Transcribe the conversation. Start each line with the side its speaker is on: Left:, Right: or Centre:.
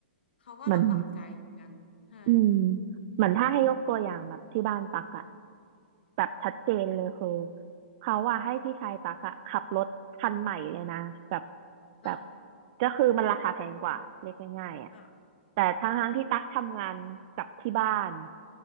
Left: เขาก็ลำบากใจเหมือนกันใช่
Right: เหมือน อืมเหมือนถ้าให้ยกตัวอย่างแบบที่บ้านตักอะแบบชัดเจนเลยคือเขาอะให้พี่ชายตักอะขับรถคันใหม่เลยนะแบบ
Left: เอ๋อ
Right: แบบก็คือมันราคาแพงกว่าเรียกง่ายๆอะ
Left: อ่ะ
Right: แต่ทั้งทั้งที่ตักทำงานกับที่บ้าน